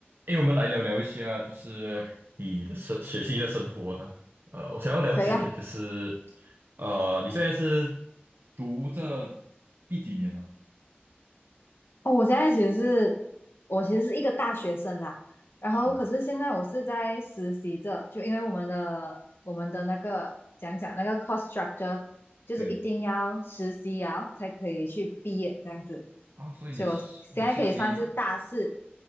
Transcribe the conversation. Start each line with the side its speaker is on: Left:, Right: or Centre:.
Right: 诶，我们来聊聊一下，就是你的生学习的生活呢。呃，我想要了解，
Left: 可以啊，
Right: 就是呃，你现在是读这第几年呢？
Left: 哦，我现在其实是，我其实是一个大学生啦，然后可是现在我是在实习着，
Right: 是，
Left: 就因为我们的我们的那个讲讲那个 cost structure，就是一定要实习啊才可以去毕业这样子，
Right: 对啊，所以你实你实习
Left: 所以我现在可以算是大四